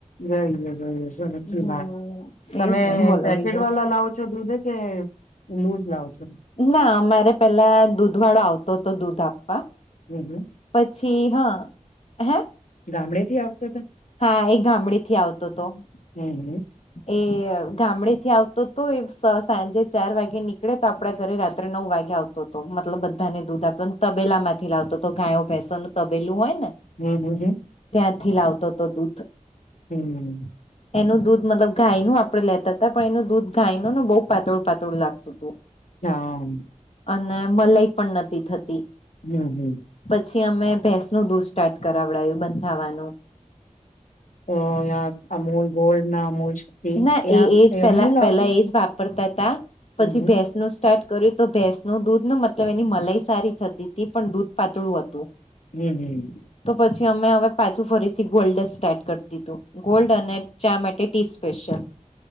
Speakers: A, on the left; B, on the left.
A: જોઈએ જોઈએ સાચી
B: હમ
A: વાત તમે
B: એજ ને બોલો
A: પેકેટ
B: બીજું
A: વાલા લાવો છો દૂધે? કે લુઝ લાવ છો?
B: ના અમારે પેલા દૂધ વાળ આવતો તો દૂધ આપવા
A: હમ હમ
B: પછી હા હે
A: ગામડેથી આવતો તો?
B: હા એ ગામડેથી આવતોતો
A: હમ હમ.
B: એ ગામડે થી આવતો તો એ સ સાંજે ચાર વાગે નીકળે તો આપડા ઘરે રાત્રે નવ વાગે આવતો તો મતલબ બધાને દૂધ આપતો તબેલા માંથી લાવતો તો ગાયો ભેસન તબેલું હોય ને
A: હમ હમ હમ.
B: ત્યાંથી લાવતો તો દૂધ
A: હમમ.
B: એનું દૂધ મતલબ ગાયનુ આપણેે લેતા તા પણ એનું દૂધ ગાયનુ ને બહુ પાતળ પાતળું લાગ તુ તુ.
A: હામ.
B: અને મલાઈ પણ નથી થતી
A: હમ હમ.
B: પછી અમે ભેંસનું દૂધ સ્ટાર્ટ કરાવડાયું બંધાવાનું
A: તો યાર અમૂલ ગોલ્ડના અમૂલ શક્તિ
B: ના એ એજ પેલા
A: નહી લાવતા
B: પલા એજ વાપરતા તા પછી
A: હમ હમ
B: ભેસનું સ્ટાર્ટ કર્યું તો ભેંસ નું દૂધ ન મતલબ એની મલાઈ સારી થતી તી પણ દૂધ પાતળું હતું
A: હમ હમ.
B: તો પછી અમે હવે પાછું ફરીથી ગોલ્ડ સ્ટાર્ટ કરતી તું ગોલ્ડ અને ચા માટે ટી સ્પેશિયલ